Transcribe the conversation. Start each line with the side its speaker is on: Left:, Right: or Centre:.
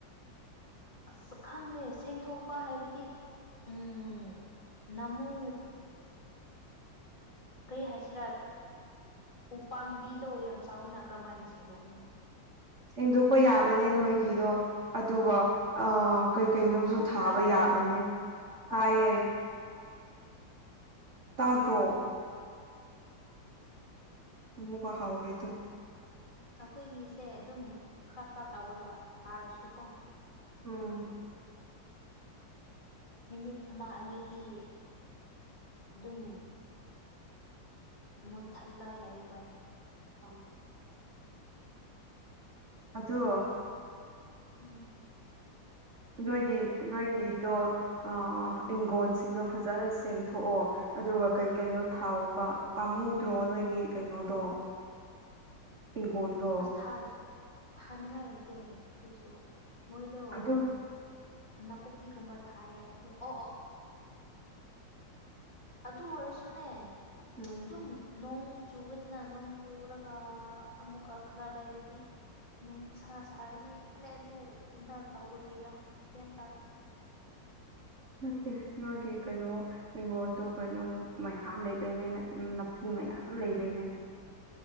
Left: ꯑꯁ ꯈꯪꯗꯦ ꯁꯦꯡꯗꯣꯛꯄ ꯍꯥꯏꯕꯗꯤ ꯎꯝ ꯅꯃꯨ ꯀꯔꯤ ꯍꯥꯏꯁꯤꯔ ꯎ ꯄꯥꯡꯕꯤꯗꯣ ꯌꯥꯝ ꯆꯥꯎꯋꯤꯅ ꯀꯔꯝ ꯍꯥꯏꯅ ꯁꯦꯡꯗꯣꯛꯀꯅꯤ
Right: ꯁꯦꯡꯗꯣꯛꯄ ꯌꯥꯕꯅꯦ ꯅꯣꯏꯒꯤꯗꯣ ꯑꯗꯨꯒ ꯀꯩ ꯀꯩꯅꯣꯁꯨ ꯊꯥꯕ
Left: ꯇꯥꯕ꯭ꯔꯥ
Right: ꯌꯥꯕꯅꯦ ꯇꯥꯏꯌꯦ꯫ ꯇꯥꯗ꯭ꯔꯣ ꯃꯨꯛꯕ ꯍꯥꯎꯔꯦꯗꯣ
Left: ꯑꯈꯣꯏꯒꯤꯁꯦ ꯗꯨꯝ ꯈ꯭ꯔ ꯈ꯭ꯔ ꯇꯧꯋꯦꯕ ꯇꯥꯔꯁꯨ ꯀꯣ꯫
Right: ꯑꯥꯝ
Left: ꯃꯤꯅꯤꯠ ꯑꯃ ꯑꯅꯤꯗꯤ ꯑꯗꯨꯝ ꯃꯨꯊꯜꯂ ꯂꯩꯕ
Right: ꯑꯣ ꯎꯝ꯫ ꯑꯗꯣ
Left: ꯎꯝ꯫
Right: ꯅꯣꯏꯒꯤ ꯅꯣꯏꯒꯤꯗꯣ ꯑ ꯏꯪꯒꯣꯟꯁꯤꯡꯗꯣ ꯐꯖꯅ ꯆꯦꯡꯊꯣꯛꯑꯣ꯫ ꯑꯗꯨꯒ ꯀꯩ ꯀꯩꯅꯣ ꯊꯥꯎꯕ ꯄꯥꯝꯃꯨꯗ꯭ꯔꯣ ꯅꯣꯏꯒꯤ ꯀꯩꯅꯣꯗꯣ ꯏꯪꯒꯣꯟꯗꯣ
Left: ꯑꯁ ꯊꯥꯟ ꯊꯥꯅꯤꯡꯉꯥꯏ ꯂꯩꯇꯦ ꯀꯔꯤꯁꯨ ꯃꯣꯏꯗꯣ
Right: ꯑꯗꯨ
Left: ꯑꯨꯡ ꯅꯥꯀꯨꯞꯄꯤꯒꯨꯝꯕ ꯊꯥꯏꯌꯦ ꯑꯗꯣ ꯑꯣ ꯑꯣ ꯑꯗꯨ ꯑꯣꯏꯔꯁꯨꯅꯦ
Right: ꯎꯝ
Left: ꯑꯗꯨꯝ꯫ ꯅꯣꯡ ꯆꯨꯢꯗꯅ ꯅꯣꯡ ꯆꯨꯔꯒ ꯑꯃꯨꯛꯀ ꯈꯔ ꯂꯩꯔꯗꯤ ꯅꯨꯡꯁꯥ ꯁꯥꯔꯅꯤ ꯈꯜꯂꯦ ꯑꯗꯨ ꯑꯗꯥ ꯇꯧꯕꯒꯤꯔꯥ ꯒ꯭ꯌꯥꯟ ꯇꯥꯗꯦ
Right: ꯅꯠꯇꯦ ꯅꯣꯢꯒꯤ ꯀꯩꯅꯣ ꯢꯀꯣꯡꯗꯣ ꯀꯩꯅꯣ ꯃꯨꯛ ꯃꯌꯥꯝ ꯂꯩꯕꯩꯅꯦ ꯅꯥꯄꯤ ꯃꯌꯥꯝ ꯂꯩꯕꯩꯅꯦ